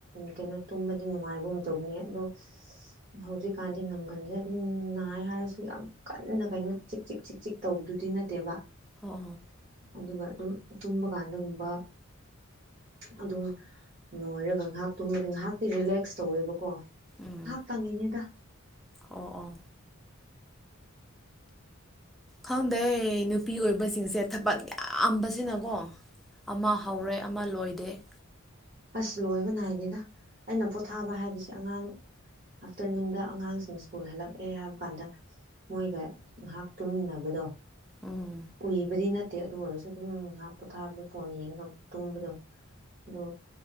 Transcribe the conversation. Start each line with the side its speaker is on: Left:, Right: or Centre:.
Right: ꯀꯩꯅꯣ ꯇꯨꯝꯃꯗꯤ ꯅꯨꯡꯉꯥꯏꯕꯒꯨꯝ ꯇꯧꯅꯤ ꯑꯗꯣ ꯍꯧꯖꯤꯛꯀꯥꯟꯗꯤ ꯅꯝꯒꯟꯁꯦ ꯑꯗꯨꯝ ꯅꯥꯏ ꯍꯥꯏꯔꯁꯨ ꯌꯥꯝ ꯀꯟꯅ ꯀꯩꯅꯣ ꯆꯤꯛ ꯆꯤꯛ ꯆꯤꯛ ꯆꯤꯛ ꯇꯧꯕꯗꯨꯗꯤ ꯅꯠꯇꯦꯕ ꯑꯗꯨꯒ
Centre: ꯑꯣ
Right: ꯑꯗꯨꯝ ꯇꯨꯝꯕ ꯀꯥꯟꯗꯒꯨꯝꯕ ꯑꯗꯨꯝ ꯅꯣꯏꯔꯒ ꯉꯥꯏꯍꯥꯛ ꯇꯨꯝꯕꯗ ꯉꯥꯏꯍꯥꯛꯇꯤ ꯔꯤꯂꯦꯛꯁ ꯇꯧꯋꯦꯕꯀꯣ
Centre: ꯎꯝ
Right: ꯉꯥꯏꯍꯥꯛ ꯇꯪꯉꯤꯅꯦꯗ
Centre: ꯑꯣ ꯑꯣ ꯈꯪꯗꯦ ꯅꯨꯄꯤ ꯑꯣꯏꯕꯁꯤꯡꯁꯦ ꯊꯕꯛ ꯌꯥꯝꯕꯁꯤꯅꯀꯣ ꯑꯃ ꯍꯧꯔꯦ ꯑꯃ ꯂꯣꯏꯗꯦ ꯦ
Right: ꯑꯁ ꯂꯣꯏꯕ ꯅꯥꯏꯗꯦꯗ ꯑꯩꯅ ꯑꯣꯊꯥꯕ ꯍꯥꯏꯕꯁꯦ ꯑꯉꯥꯡ ꯑꯥꯐꯇꯔꯅꯨꯟꯗ ꯑꯉꯥꯡꯁꯤꯡ ꯁ꯭ꯀꯨꯜ ꯍꯜꯂꯛꯑꯦ ꯍꯥꯏꯕ ꯀꯥꯟꯗ ꯃꯣꯏꯒ ꯉꯥꯏꯍꯥꯛ ꯇꯨꯝꯃꯤꯟꯅꯕꯗꯣ
Centre: ꯎꯝ
Right: ꯎꯕꯗꯤ ꯅꯠꯇꯦ ꯑꯗꯨ ꯑꯣꯏꯔꯁꯨ ꯑꯗꯨꯝ ꯉꯥꯏꯍꯥꯛ ꯄꯣꯊꯥꯕꯗ ꯐꯣꯟ ꯌꯦꯡꯒ ꯇꯨꯡꯕꯗꯣ ꯑꯗꯣ